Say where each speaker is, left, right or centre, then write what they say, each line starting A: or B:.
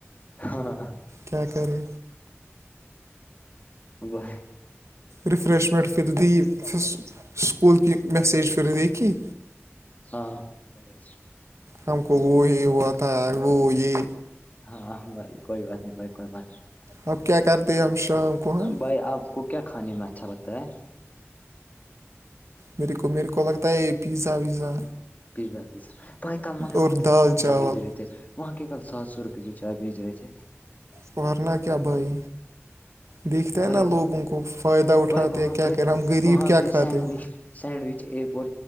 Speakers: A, on the left; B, on the right.
A: ہاں
B: کیا کرے
A: ا ب <unintelligible>
B: ریفریشمنٹ پھر دی سکول کی میسیج پھر دیکھیھی
A: ہاں ا ج <unintelligible>
B: ہم کو وہ یہ ہوا تھا وہ یہ
A: ہاں بھائی کوئی بات نہیں بائی کوئی بات نہیں
B: اب کیا کرتے ہیں ہم شام کو ہاں
A: بھائی آپ کو کیا کھانے میں اچھا لگتا ہے
B: میرے کو میرے کو لگتا ہے پیزا ویزا
A: پیزا وزا بائی کل مگر
B: اور
A: وہاں کتنا
B: دال
A: مہنگا
B: چاول
A: بھیج رہے تھے وہاں کے کل سات سو روپے کی چائے بیچ رہے تھے
B: توورنا کیا بھائی دیکھتے ہے
A: بھائی
B: نا لوگوں کو فائدہ اٹھاتے
A: بھائی وہاں
B: ہیں کیا
A: پہ
B: کر ہم غریب
A: وہاں
B: کیا
A: پہ
B: کھاتے
A: سینڈوچ
B: ہیں
A: سینڈوچ ایک اور